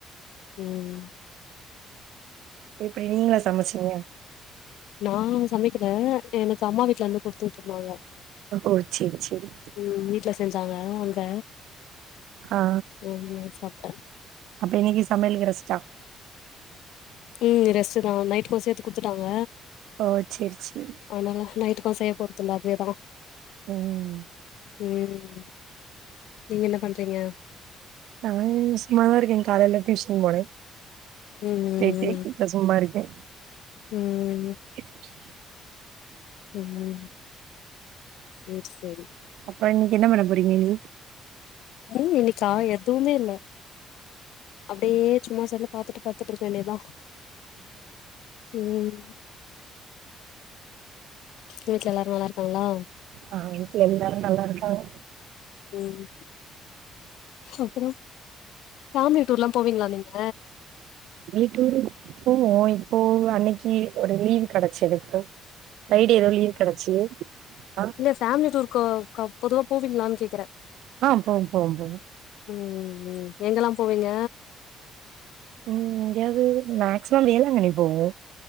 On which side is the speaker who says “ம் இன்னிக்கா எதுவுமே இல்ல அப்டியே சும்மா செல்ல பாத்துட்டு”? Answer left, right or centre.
Left